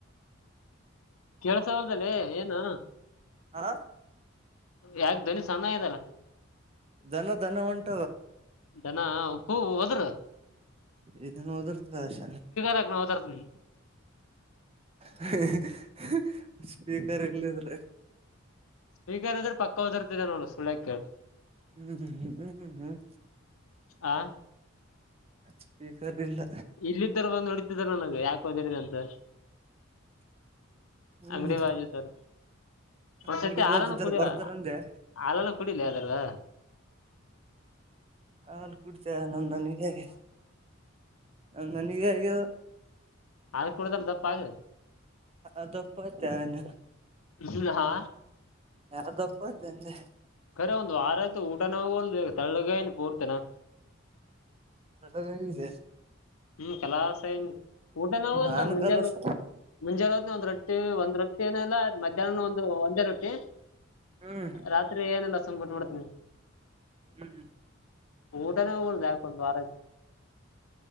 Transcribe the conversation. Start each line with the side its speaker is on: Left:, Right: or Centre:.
Left: ಕೆಳ್ಸ ಹೊಲ್ದದಲ್ಲಿ ಏನು
Right: ಆ
Left: ಯಾಕ ದನಿ ಸಣ್ಣ ಇದಲ್ಲ
Right: ದನ ದನ ಉಂಟ
Left: ಜನಕ್ಕೂ ಹೋದರು
Right: ಇದನು ಓದರ್ತದಷ
Left: ಹಾಕ್ ನಾ ಓದಾರ್ತನಿ
Right: ಹ್ಮ ಹ್ಮ ಸ್ಪೀಕರ್ ಎಲ್ಲಿದ್ರ
Left: ಸ್ವೀಕಾರದ್ರ ಪಕ್ಕ ಓದಿರ್ತದೆ ನೋಡ ಸುಳ್ಯಕ
Right: ಹ್ಮ್ ಹ್ಮ್ ಹ್ಮ್ ಹ್ಮ್ ಹ್ಮ್ ಹ್ಮ್
Left: ಆ
Right: ಸ್ಪೀಕರ್ ಇಲ್ಲ
Left: ಇಲ್ಲಿದ್ದರ ನೋಡಿ ನನಗೆ ಯಾಕ ಹದಿದೆ ಅಂತ
Right: ಹ್ಮ್
Left: ಅಂಗಡಿ ಬಾಜ ಇದ್ದಾರ ಒಂದ್ಸತಿ
Right: ಅಂಗಡಿ ಬಾಜಿದಾರ
Left: ಹಾಲನು ಕುಡಿಯುವ
Right: ಬರ್ತಾರಂದೆ
Left: ಹಲನ ಕುೂಡಿಿಲ್ಲ ಯ್ದಾರವಾ
Right: ಹಾ ಕುಡ್ತೇ ನನ್ನ ನಿಜಗೆ ನ ನನಗೆ ಹಗ
Left: ಆ ಕುೂಡ್ದಲ್ಲ ದಪ್ಪ ಆ
Right: ಅದುಪ್ಪತನೆ
Left: ಹ ಹಾ
Right: ಯಾವ ದಪ್ಪ ತಂದೆ
Left: ಬ ಒಂದು ವಾರ ಆಯತು ಊಟನೋಲ್ ತಳ್ಳಗ ನ್ ಪೂರ್ತನಾ
Right: ನಟಿದೆ
Left: ಹ್ಮ್ ಕೆಲಾ ಊಟ ನಾವು
Right: ನಾನ್
Left: ಅಲ್ಲ ಮುಂಜೆ
Right: ಕಲಸ
Left: ಮುಂಜೆ ಹೊತ್ ಒಂದ್ ರಟ್ಟಿ ಒಂದ್ೊ ಏನ ಇಲ್ಲ ಮಧ್ಯಾಹ್ನನ ಒಂದು ಒಂದೇ ರೊಟ್ಟಿ
Right: ಹ್ಮ್
Left: ರಾತ್ರಿ ಏನಲ್ಲ ಸಂಬ್ಬಟ್ಬಡ್ತನಿ
Right: ಹ್ಮ್
Left: ಊಟನ ಉಳ್ದ ಯಾಕ ಒಂದು್ ವಾರ ಆಯತ